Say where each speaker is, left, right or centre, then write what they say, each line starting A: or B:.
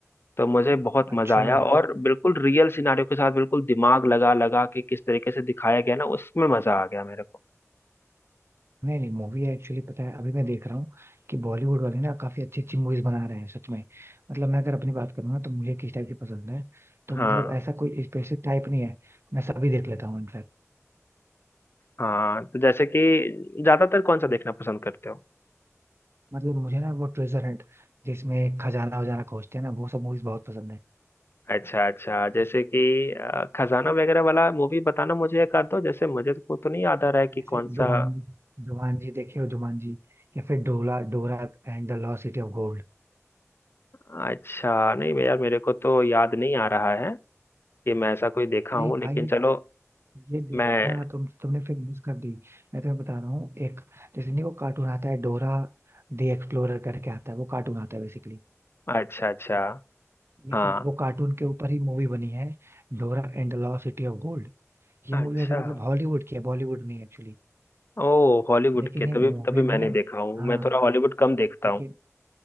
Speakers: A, on the left (about 45°); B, on the right (about 50°).
A: तो मुझे बहुत
B: अच्छा
A: मजा आया और बिल्कुल रियल सिनारियो के साथ बिल्कुल दिमाग लगा लगा के किस तरीके से दिखाया गया ना उसमें मजा आ गया मेरे को
B: नहीं नहीं मूवी एक्चुअली पता है अभी मैं देख रहा हूँ कि बॉलीवुड वाले ना काफी अच्छी अच्छी मूवीज बना रहे हैं सच में मतलब मैं अगर अपनी बात करूँ ना तो मुझे किस टाइप की पसंद है तो
A: हाँ
B: मतलब ऐसा कोई स्पेसिफिक टाइप नहीं है मैं सभी देख लेता हूँ इनफैक्ट
A: हाँ तो जैसे कि ज्यादातर कौन सा देखना पसंद करते हो
B: मतलब मुझे ना वो ट्रेजर हंट जिसमें खजाना वजाना खोजते हैं ना वो सब मूवीज बहुत पसंद है
A: अच्छा अच्छा जैसे कि अ, खजाना वगैरह वाला मूवी बताना मुझे एक आध दो जैसे मुझे को तो नहीं याद आ रहा है कि
B: जैसे
A: कौन
B: जुमानजी
A: सा
B: जुमानजी देखे हो जुमानजी या फिर डोला Dora and the lost city of gold
A: अच्छा नहीं भैया मेरे को तो याद नहीं आ रहा है कि मैं ऐसा कोई देखा
B: अरे
A: हूँ लेकिन
B: भाई
A: चलो
B: ये देखना
A: मैं
B: तुम तुमने फिर मिस कर दी मैं तुम्हें बता रहा हूँ एक जैसे नहीं वो कार्टून आता है डोरा दी एक्सप्लोरर करके आता है वो कार्टून आता है बेसिकली
A: अच्छा अच्छा
B: लेकिन
A: हाँ
B: वो कार्टून के ऊपर ही मूवी बनी है Dora and the lost city of gold ये
A: अच्छा
B: मूवी ऐसे मतलब हॉलीवुड की है बॉलीवुड नहीं एक्चुअली
A: ओ हॉलीवुड
B: लेकिन
A: के
B: ये
A: तभी
B: मूवी
A: तभी
B: में
A: मैंने
B: ना
A: देखा हूँ
B: हाँ
A: मैं थोड़ा हॉलीवुड कम देखता
B: लेकिन
A: हूँ